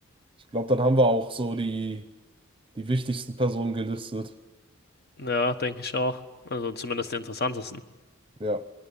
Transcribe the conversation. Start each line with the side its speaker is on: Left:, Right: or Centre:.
Right: Ich glaube, dann haben wir auch so die, die wichtigsten Personen gelistet.
Left: Ja, denke ich auch. Also zumindest die interessantesten.
Right: Ja.